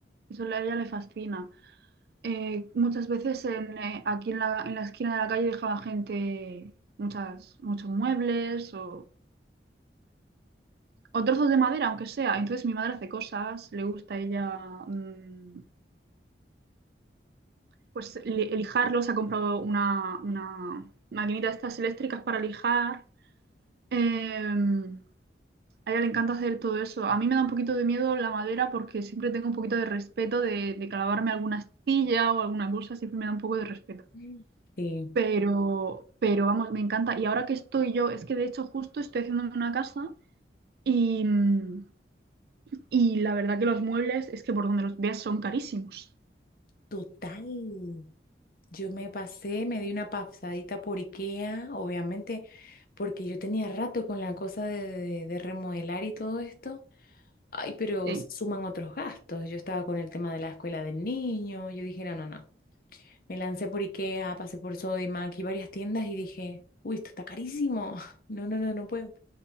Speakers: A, on the right; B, on the left.
A: Eso a ella le fascina. Eh, muchas veces en, eh, aquí en la, en la esquina de la calle dejaba gente muchas, muchos muebles o, o trozos de madera, aunque sea. Entonces mi madre hace cosas, le gusta a ella mm, pues li- lijarlos, ha comprado una, una maquinita de estas eléctricas para lijar. Em, a ella le encanta hacer todo eso. A mí me da un poquito de miedo la madera porque siempre tengo un poquito de respeto de, de clavarme alguna astilla o alguna cosa, siempre me da un poco de respeto.
B: Mm. Sí,
A: Pero, pero vamos, me encanta. Y ahora que estoy yo, es que de hecho justo estoy haciéndome una casa y, mm, y la verdad que los muebles es que por donde los veas son carísimos.
B: total. Yo me pasé, me di una pasadita por IKEA, obviamente, porque yo tenía rato con la cosa de, de- de remodelar y todo esto. Ay, pero
A: Sí.
B: suman otros gastos. Yo estaba con el tema de la escuela del niño. Yo dije, no, no, no. Me lancé por IKEA, pasé por Sodimac y varias tiendas y dije, uy, esto está carísimo. <laughs> No, no, no, no puedo.